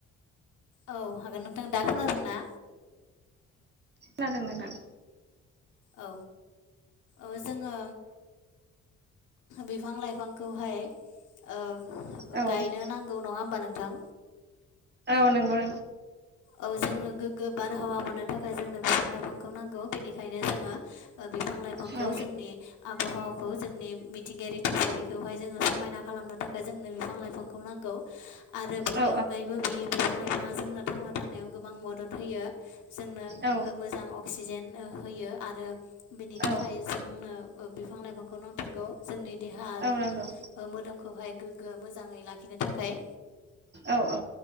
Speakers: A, on the left (about 80°); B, on the right (about 35°).
A: औ हागोन नोंथां दा खोनादोंना
B: खोनदों नोंथां
A: औ औ जोङो बिफां लाइफां बिफांखौहाय ओ
B: औ
A: गायनो नांगौ नङा होमबा नोंथां
B: औ नंगौ
A: औ जोङो गोगो बारहावा मोनो थाखाय जोंनो बिफां लाइफांखौ नांगौ बिनिखायनो जोङो बिफां लाइफांखौ
B: औ
A: जोंनि आबहावा खौ जोंनि मिथिंगायारि थासारि। बेखौहाय जोंङो समायना खालामनो थाखाय जोंनो बिफां लाइफांखौ नांगौ। आरो बिनि
B: औ
A: अनगायैबो बियो बिफां लाइफांङा जोंनो थांना थानायाव गोबां मदद होयो। जोंनो
B: औ
A: मोजां अक्सिजेन होयो आरो बेनि थाखाय
B: औ
A: जोंनो। बिफां लाइफांखौ नांथारगौ जोंनि देहा
B: औ नंगौ
A: मोदोमखौहाय गोग्गो मोजांङै लाखि थाखाय
B: औ औ